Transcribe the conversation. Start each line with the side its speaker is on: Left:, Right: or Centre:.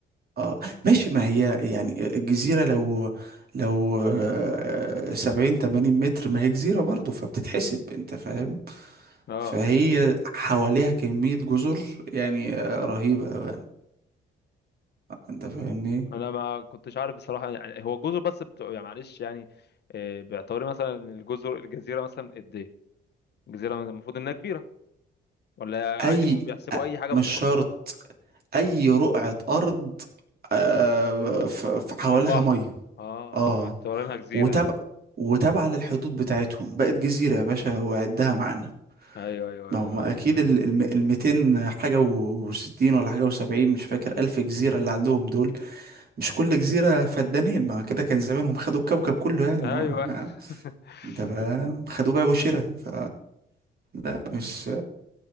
Right: اه ماشي ما هي يعني الجزيرة لو لو آه، سبعين تمانين متر ما هي جزيرة برضو فبتتحسب انت فاهم
Left: أه
Right: فهي حواليها كمية جزر يعني آه، رهيبة أوي يعني انت فاهمني
Left: أنا ما كنتش عارف بصراحة يعني هو جزر بس بتوع يعني معلش يعني آه، باعتباري مثلا الجزر الجزيرة مثلا قد إيه الجزيرة مثلاً المفروض إنها كبيرة ولا
Right: اي
Left: عادي مم- بيحسبوا
Right: أ-
Left: أي حاجة
Right: مش
Left: بسيطة
Right: شرط اي رقعة ارض آه، ف- ف- حواليها
Left: في البحر
Right: مية
Left: أه
Right: اه
Left: فمعتبرينها جزيرة
Right: وتابع
Left: يعني
Right: وتابعة للحدود بتاعتهم بقت جزيرة يا باشا وعدها معانا
Left: أيوه أيوه
Right: ما
Left: أيوه
Right: هو اكيد
Left: أيوه
Right: ال الم- 200 حاجه و60 ولا حاجه و70 مش فاكر الف جزيره اللي عندهم دول مش كل جزيره فدانين ما كده كان زمانهم خدوا الكوكب كله يعني
Left: أيوه
Right: معاهم ما-
Left: <laughs>
Right: ده بقى خدوه بقى وشرا ف لا مش